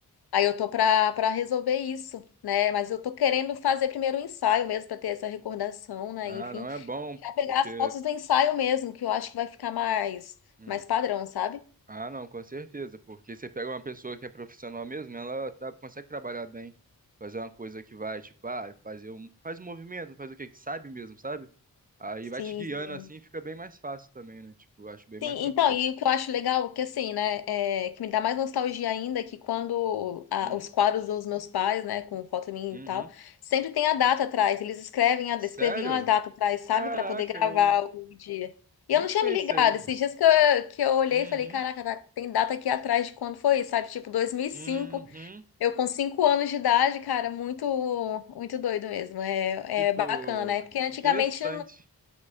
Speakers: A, on the left; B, on the right.
A: Aí eu tô pra, pra resolver isso, né? Mas eu tô querendo fazer primeiro o ensaio mesmo, pra ter essa recordação, né?
B: Ah,
A: Enfim,
B: não é bom,
A: já pegar
B: porque.
A: as fotos do ensaio mesmo, que eu acho que vai ficar mais,
B: hum.
A: mais padrão, sabe?
B: Ah, não, com certeza, porque você pega uma pessoa que é profissional mesmo, ela tra- consegue trabalhar bem, fazer uma coisa que vai, tipo, ah, fazer um. Faz um movimento, faz o quê? Que sabe mesmo, sabe? Aí
A: Sim,
B: vai te guiando
A: sim.
B: assim, fica bem mais fácil também, né? Tipo, eu acho bem mais
A: Sim,
B: tranquilo.
A: então, e o que eu acho legal, que assim, né, é, que me dá mais nostalgia ainda, que quando a-
B: Hum.
A: os quadros dos meus pais, né, com foto minha
B: Uhum.
A: e tal, sempre tem a data atrás, eles escrevem a, escreviam
B: Sério?
A: a data atrás, sabe,
B: Caraca,
A: Pra poder gravar
B: eu
A: o dia. E
B: nunca
A: eu não tinha
B: pensei.
A: me ligado, esses dias que eu, que eu olhei
B: Uhum.
A: e falei, caraca, tá- tem data aqui atrás de quando foi, sabe, tipo 2005,
B: Uhum.
A: eu com 5 anos de idade, cara, muito, muito doido mesmo, é,
B: Tipo,
A: é bacana, é porque antigamente
B: interessante.